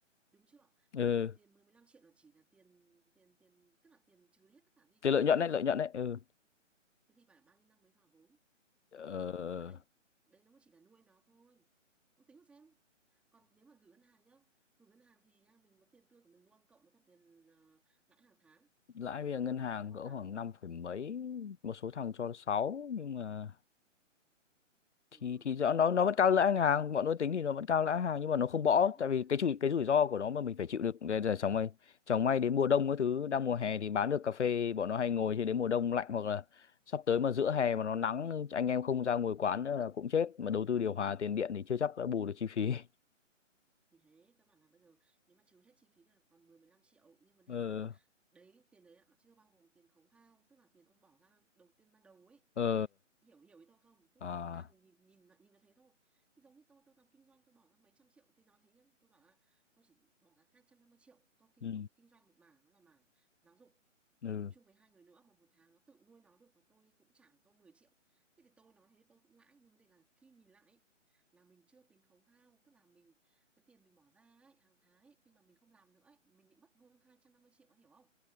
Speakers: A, in the centre; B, on the left.
A: đúng chưa
B: ừ
A: nhưng mà tiền mười mười 15 triệu là chỉ là tiền tiền tiền tức là tiền trừ đi hết tất cả đi
B: cái
A: còn mười
B: lợi nhuận
A: mười 15
B: đấy
A: triệu
B: lợi
A: á
B: nhuận đấy ừ
A: thế thì phải bao nhiêu năm mới vào vốn
B: ờ,
A: và mới có lãi đấy nó mới chỉ là nuôi nó thôi ông tính mà xem còn nếu mà gửi ngân hàng nhá gửi ngân hàng thì nha mình có tiền tươi của mình luôn cộng với cả tiền ờ, lãi hàng tháng đúng
B: lãi
A: không
B: bây
A: bây
B: giờ
A: giờ
B: ngân
A: mà
B: hàng
A: ông không
B: cỡ
A: làm
B: khoảng năm phẩy mấy một số thằng cho 6 nhưng mà
A: ừ,
B: thì thì
A: nhưng
B: rõ
A: mà ông
B: nó
A: tính
B: nó
A: ra
B: vẫn cao
A: vẫn lỗ
B: lãi
A: đấy
B: hàng bọn tôi tính thì nó vẫn cao lãi hàng nhưng mà nó không bõ
A: cao hơn
B: tại
A: lãi
B: vì
A: ngân
B: cái
A: hàng
B: rủi cái rủi ro của nó mà mình phải chịu được Đây là chẳng may chẳng may đến mùa đông cái thứ đang mùa hè thì bán được cà phê bọn nó hay ngồi chứ đến mùa đông lạnh hoặc là sắp tới mà giữa hè mà nó nắng anh em không ra ngồi quán nữa là cũng chết mà đầu tư điều hòa tiền điện thì chưa chắc đã bù được chi phí <laughs>
A: thì thế tôi bảo là bây giờ nếu mà trừ hết chi phí thì là còn 10 15 triệu nhưng vấn đề
B: ờ
A: là đấy tiền đấy mà chưa bao gồm tiền khấu hao tức là tiền ông bỏ ra đầu tiên ban đầu ấy
B: ờ
A: hiểu hiểu ý tôi không tức
B: à
A: là thực ra thì nhìn nhìn là- nhìn là thế thôi thì giống như tôi tôi làm kinh doanh tôi bỏ ra mấy trăm triệu thì nó thế nhá tôi bảo là tôi chỉ bỏ ra 250 triệu tôi kinh
B: ừ
A: tục kinh doanh một mảng đó là mảng giáo dục
B: ừ
A: và tôi chung với hai người nữa mà một tháng nó tự nuôi nó được và tôi cũng trả được tôi 10 triệu thế thì tôi nói thế tôi cũng lãi nhưng vấn đề là khi nhìn lại ấy, là mình chưa tính khấu hao tức là mình cái tiền mình bỏ ra ấy, hàng tháng ấy, khi mà mình không làm nữa ấy, mình bị mất luôn 250 triệu ông hiểu không